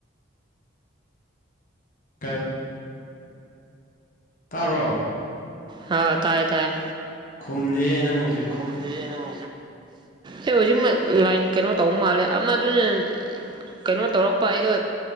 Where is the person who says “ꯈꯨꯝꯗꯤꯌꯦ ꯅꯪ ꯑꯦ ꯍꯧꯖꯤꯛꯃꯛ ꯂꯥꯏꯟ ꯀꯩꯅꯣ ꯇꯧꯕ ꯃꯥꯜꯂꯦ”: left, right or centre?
Right